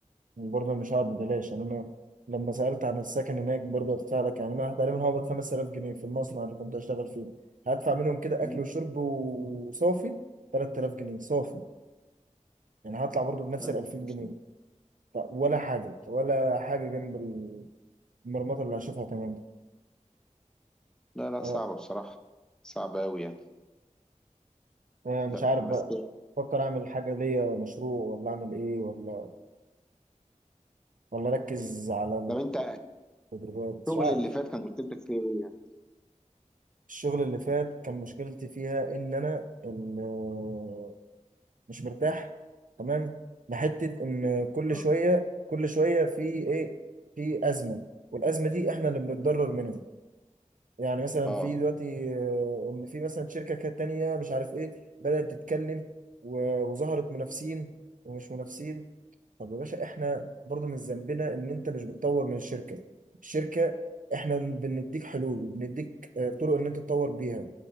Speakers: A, on the right; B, in the centre.
A: برضه مش هقعد ببلاش يعني انا لما سألت عن السكن هناك برضه هدفع لك يعني انا تقريبا هقبض 5000 جنيه في المصنع اللي كنت هشتغل فيه هدفع منهم كده
B: مم.
A: اكل وشرب وصافي 3000 جنيه صافي يعني هطلع برضه بنفس
B: لا لا
A: ال 2000
B: مش-
A: جنيه طب ولا حاجة ولا حاجة جنب المرمطة اللي هشوفها تمام
B: لا لا،
A: اه
B: صعبه بصراحه صعبه قوي يعني.
A: آه، مش
B: لا
A: عارف
B: بس
A: بقى بفكر اعمل حاجة ليا مشروع ولا اعمل ايه ولا ولا اركز على
B: طب انت
A: التدريبات
B: الشغل
A: مش عارف
B: اللي فات كان مشكلتك فيه ايه يعني؟
A: الشغل اللي فات كان مشكلتي فيها ان انا ال- مش مرتاح تمام لحته ان كل
B: اه
A: شويه كل شويه في ايه في ازمه والازمه دي احنا اللي بنتضرر منها يعني مثلا
B: اه
A: في دلوقتي آه، ان في مثلا شركه كانت تانيه مش عارف ايه بدات تتكلم و- وظهرت منافسين ومش منافسين طب يا باشا احنا برضو من ذنبنا ان انت مش بتطور من الشركه الشركه احنا بنديك حلول وبنديك آه، طرق ان انت تطور بيها